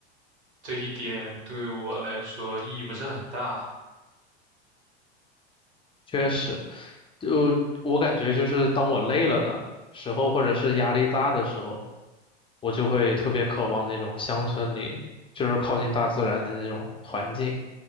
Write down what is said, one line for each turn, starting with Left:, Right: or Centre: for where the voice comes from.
Right: 这一点对我来说意义不是很大。
Left: 确实，就我感觉就是当我累了的时候，或者是压力大的时候，我就会特别渴望那种乡村里，就是靠近大自然的那种环境。